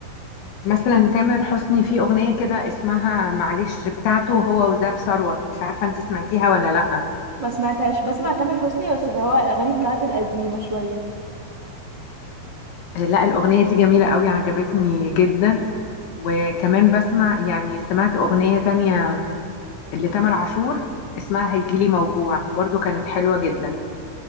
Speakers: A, on the left (about 65°); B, on the right (about 30°).
A: مثلا تامر حسني في اغنيه كده اسمها معلش بتاعته هو وزاب ثروت مش عارفه انت سمعتيها ولا لا
B: ما سمعتهاش بسمع تامر حسني بس اللي هو الاغاني بتاعته القديمه شويه
A: آه، لا الاغنيه دي جميله قوي عجبتني جدا وكمان بسمع يعني سمعت اغنيه تانية اللي تامر عاشور اسمها هيجيلي موجوع برضو كانت حلوة جدا